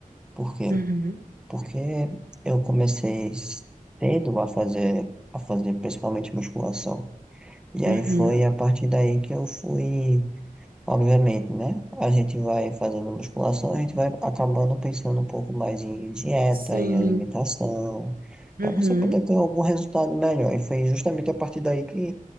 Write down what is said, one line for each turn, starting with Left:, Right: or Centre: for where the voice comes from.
Centre: Por quê?
Right: Uhum,
Centre: Porque eu comecei cedo a fazer, a fazer principalmente musculação. E
Right: uhum.
Centre: aí foi a partir daí que eu fui, obviamente, né? A gente vai fazendo musculação, a gente vai acabando pensando um pouco mais em dieta,
Right: Sim.
Centre: em alimentação, para
Right: Uhum.
Centre: você poder ter algum resultado melhor. E foi justamente a partir daí que